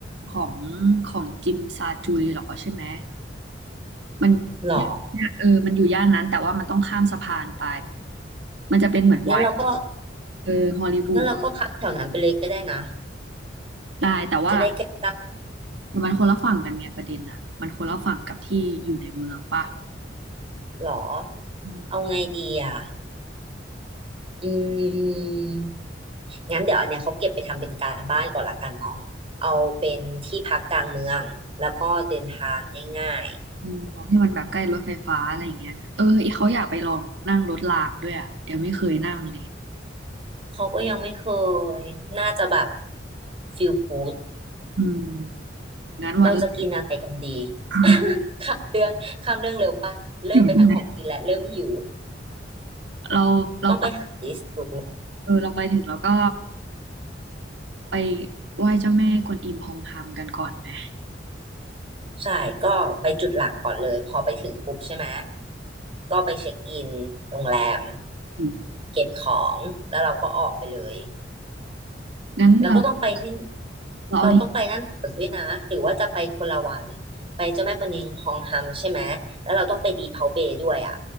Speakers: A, on the right (about 70°); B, on the right (about 30°).
A: ของของจิมซาจุยเหรอใช่ไหมมันย่านเออมันอยู่ย่านนั้นแต่ว่ามันต้องข้ามสะพานไป
B: หรอ
A: มันจะเป็นเหมือนไวท์
B: งั้นเราก็
A: เออฮอลลีวูด
B: งั้นเราก็พักแถวนั้นไปเลยก็ได้นะ
A: ได้แต่ว่า
B: จะได้ใกล้
A: มันคนละฝั่งกันไงประเด็นน่ะมันคนละฝั่งกับที่อยู่ในเมืองป่ะ
B: หรอ
A: อืม
B: เอาไงดีอ่ะอืมงั้นเดี๋ยวอันเนี้ยเขาเก็บไปทำเป็นการบ้านก่อนละกันเนาะเอาเป็นที่พักกลางเมืองแล้วก็เดินทางง่าย
A: อืมของที่มันแบบใกล้รถไฟฟ้าอะไรอย่างเงี้ยเอออีเขาอยากไปลองนั่งรถรางด้วยอ่ะยังไม่เคยนั่งเลย
B: ๆเขาก็ยังไม่เคยน่าจะแบบฟิลกูด
A: อืมงั้นวันแรก
B: เราจะกินอะไรกันดี
A: <laughs>
B: ข้ามข้ามเรื่องเร็วปะเริ่มไปทางของกินแล้วเริ่มหิว
A: ถึงใช่ไหมเราเราไป
B: ต้องไปหาลิสต์ดู
A: เออเราไปถึงแล้วก็ไปไหว้เจ้าแม่กวนอิมพองฮามกันก่อนไหม
B: ใช่ก็ไปจุดหลักก่อนเลยพอไปถึงปุ๊บใช่ไหมก็ไปเช็คอินโรงแรม
A: อืม
B: เก็บของแล้วเราก็ออกไปเลย
A: งั้นเรา
B: แล้วก็ต้องไปที่
A: เราเอาที่
B: เราต้องไปนั่นต่อด้วยนะหรือว่าจะไปคนละวันไปเจ้าแม่กวนอิมฮองฮัมใช่ไหมแล้วเราต้องไปดีเพาเบย์ด้วยอ่ะ